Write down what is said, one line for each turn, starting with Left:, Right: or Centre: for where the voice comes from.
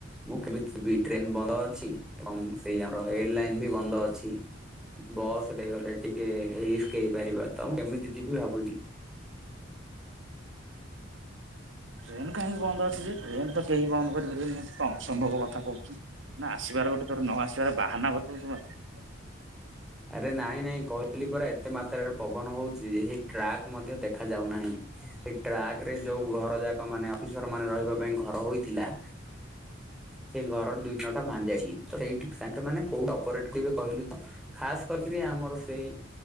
Centre: ମୁଁ କେମିତି ଯିବି ଟ୍ରେନ ବନ୍ଦ ଅଛି। ଏବଂ ସେଇ ଆମର ଏର ଲାଇନ ବି ବନ୍ଦ ଅଛି ବସରେ ଗଲେ ଟିକ ଟିକେ ରିସ୍କ ହେଇପାରିବ ତ କେମିତି ଯିବି ଭାବୁଛି।
Right: ଟ୍ରେନ କାହିଁକି ବନ୍ଦ ଅଛି ଯେ ଟ୍ରେନ ତ କେହି ବନ୍ଦ କରିପାରିବେନି କଣ ସମ୍ଭବ କଥା କହୁଛୁ। ନା ଆସିବାର ଗୋଟେ ଥର ନ ଆସିବାର ବାହାନା ବତଉଛୁ ମତେ?
Centre: ଆରେ ନାଇଁ ନାଇଁ କ କହିଲି ପରା ଏତେ ମାତ୍ରାରେ ପବନ ହଉଛି ଏହି ଟ୍ରାକ୍ ମଧ୍ୟ ଦେଖା ଯାଉନାହିଁ। ସେ ଟ୍ରାକରେ ଯୋଉ ଘର ଯାକ ମାନେ ଅଫିସର ମାନେ ରହିବା ପାଇଁ ଘର ହୋଇଥିଲା। ସେଇ ଘରର ଦୁଇ ଥଣ୍ଟ ଭାଙ୍ଗି ଯାଇଛି। ତ ସେଇଠି ସାଙ୍ଗେ ମାନେ କୋଉ ଅପରେଟ ତୁ ଏବେ କହିଲୁ ତ ଖାସ କରିକି ଆମର ସେଇ